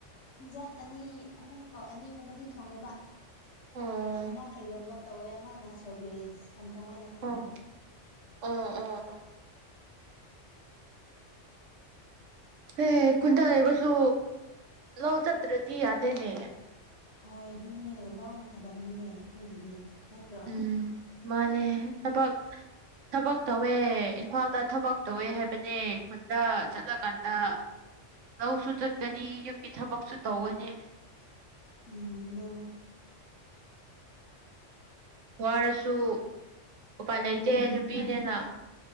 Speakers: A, on the left (about 65°); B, on the right (about 75°).
A: ꯍꯤꯟꯖꯥꯡ ꯑꯅꯤ ꯑꯍꯨꯝ ꯑꯣ ꯑꯅꯤꯒꯨꯝꯕꯗꯤ ꯊꯣꯡꯉꯦꯕ
B: ꯑꯣ
A: ꯑꯃꯅ ꯏꯔꯣꯝꯕ ꯇꯧꯋꯦ ꯑꯃꯅ ꯁꯧꯒꯔꯤ ꯆꯝꯊꯣꯡ ꯑꯣꯏꯅ ꯊꯣꯡꯉꯦꯕ
B: ꯑꯣ ꯑꯣ ꯑꯣ ꯑꯣ ꯑꯦ ꯈꯨꯟꯗꯥ ꯂꯩꯕꯁꯨ ꯂꯧ ꯆꯠꯇ꯭ꯔꯗꯤ ꯌꯥꯗꯦꯅꯦ꯫
A: ꯍꯣꯏ ꯑꯗꯨꯅꯦ ꯂꯧꯅ ꯊꯕꯛꯅꯤꯅꯦ ꯑꯩꯈꯣꯏꯒꯤꯗꯤ ꯅꯠꯇ꯭ꯔꯣ꯫
B: ꯎꯝ ꯃꯥꯅꯦ ꯊꯕꯛ꯫ ꯊꯕꯛ ꯇꯧꯋꯦ ꯏꯝꯐꯥꯜꯗ ꯊꯕꯛ ꯇꯧꯋꯦ ꯍꯥꯏꯕꯅꯦ ꯈꯨꯟꯗ ꯆꯠꯂ ꯀꯥꯟꯗ꯫ ꯂꯧꯁꯨ ꯆꯠꯀꯅꯤ ꯌꯨꯝꯒꯤ ꯊꯕꯛꯁꯨ ꯇꯧꯒꯅꯤ꯫
A: ꯎꯝ ꯑꯗꯨꯨꯅꯦ꯫ ꯃꯌꯥꯡ <unintelligible>
B: ꯋꯥꯔꯁꯨ ꯎꯄꯥꯏ ꯂꯩꯇꯦ
A: ꯑꯗꯨꯅꯦ
B: ꯅꯨꯄꯤꯅꯦꯅ